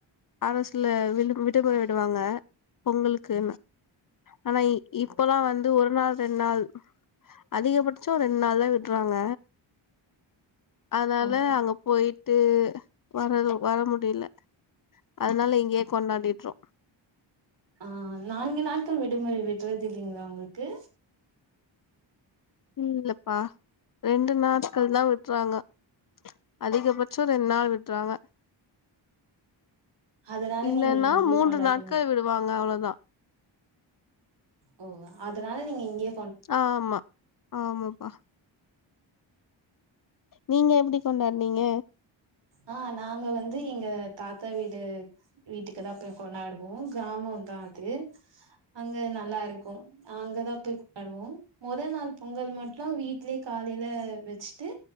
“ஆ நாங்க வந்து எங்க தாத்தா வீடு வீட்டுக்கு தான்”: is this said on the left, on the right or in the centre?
Right